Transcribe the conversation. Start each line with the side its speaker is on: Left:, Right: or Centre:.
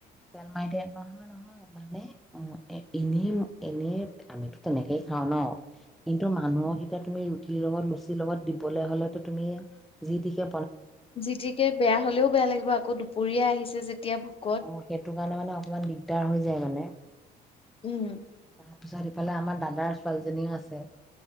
Centre: তেল মাৰিলে নহয় নহয় মানে উ এ এনেই এনেই আমিতো তেনেকেই খাও ন কিন্তু মানুহৰ এতিয়া তুমি ৰুটিৰ লগত লৰুচিৰ লগত দিবলৈ হলেতো তুমি যিতি কে
Left: জিতিকে বেয়া হলেও বেয়া লাগিব আকৌ দুপৰীয়া আহিছে যেতিয়া ভোকত
Centre: অ সেইটো কাৰণে মানে অকমান দিগদাৰ হৈ যায় মানে
Left: উম
Centre: তাৰপিছত ইফালে আমাৰ দাদাৰ ছোৱালীজনীও আছে